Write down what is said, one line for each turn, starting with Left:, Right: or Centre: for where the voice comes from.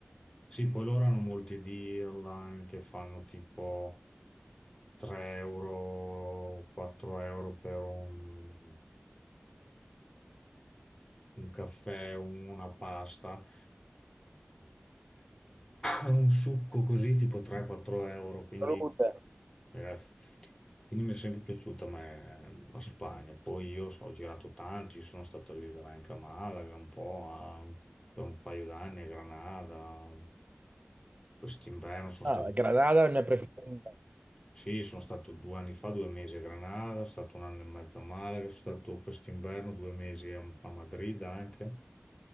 Left: Sì, poi loro hanno molti deal online che fanno tipo 3 euro, 4 euro per un, un caffè, un- una pasta, un succo così tipo 3-4 euro, quindi
Right: Salute.
Left: ragazzi, quindi mi è sempre piaciuta ma è- la Spagna. Poi io so- ho girato tanti, sono stato a vivere anche a Malaga un po', a- per un paio d'anni a Granada. Quest'inverno sono
Right: Ah,
Left: stato
Right: Granada è la mia preferita.
Left: Sì, sono stato due anni fa, due mesi a Granada, sono stato un anno e mezzo a Malaga, sono stato quest'inverno due mesi a, a Madrid anche.